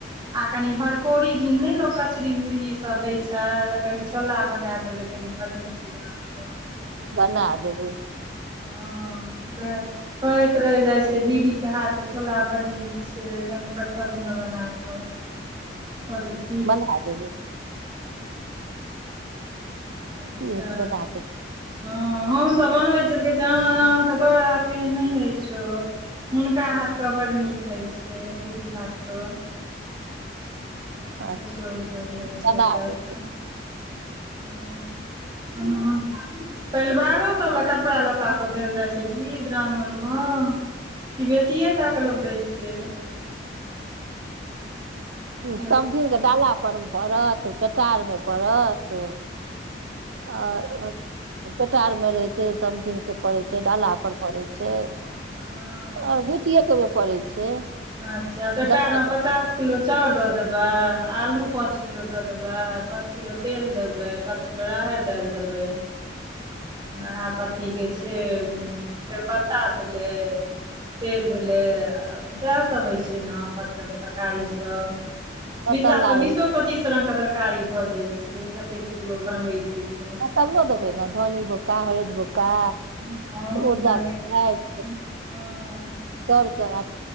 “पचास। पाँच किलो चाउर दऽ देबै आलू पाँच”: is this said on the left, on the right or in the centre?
Right